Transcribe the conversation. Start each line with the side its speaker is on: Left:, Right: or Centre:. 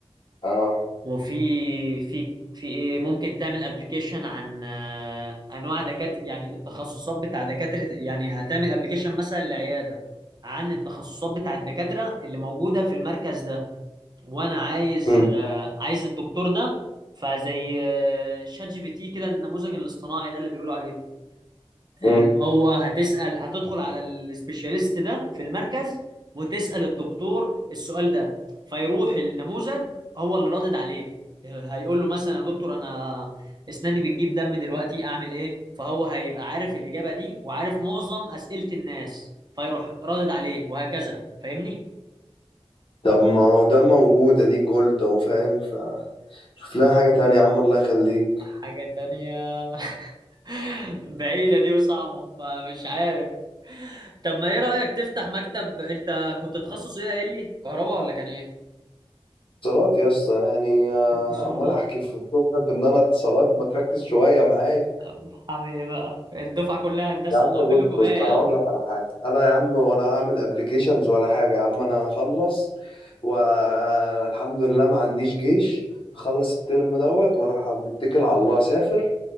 Left: اه
Right: وفي في في ايه ممكن تعمل ابلكيشن عن آه، انواع دكاتره يعني التخصصات بتاع دكاتره يعني هتعمل ابلكيشن مثلا لعياده عن التخصصات بتاع الدكاتره اللي موجوده في المركز ده وانا عايز
Left: مم.
Right: آه، عايز الدكتور ده فزي آه، شات جي بي تي كده النموذج الاصطناعي ده اللي بيقولوا عليه
Left: مم.
Right: اللي هو هتسأل هتدخل على السبيشاليست ده في المركز وتسأل الدكتور السؤال ده فيروح النموذج هو اللي رادد عليه هيقول له مثلا يا دكتور انا اسناني بتجيب دم دلوقتي اعمل ايه فهو هيبقى عارف الإجابة دي وعارف معظم أسئلة الناس فيروح رادد عليه وهكذا فاهمني
Left: طب ما هو ده موجود اديك قلت اهو فاهم فشوف لها حاجه تانية يا عم الله يخليك
Right: حاجة تانية <laughs> بعيدة دي وصعبة فمش عارف طب ما ايه رأيك تفتح مكتب انت كنت تخصص ايه قايل لي كهرباء ولا كان ايه
Left: اتصالات يا اسطى يعني آه،
Right: اتصالات
Left: عمال احكي في الصبح في ان انا اتصالات ما تركز شويه معايا
Right: طب هعمل ايه بقى الدفعة كلها هندسة
Left: يا عم
Right: اعمل
Left: بص
Right: لكم
Left: بص
Right: ايه يا
Left: انا
Right: عم
Left: اقول لك على حاجه انا يا عم ولا هعمل ابلكيشنز ولا حاجه يا عم انا هخلص والحمد لله ما عنديش جيش هخلص الترم دوت واروح متكل على الله اسافر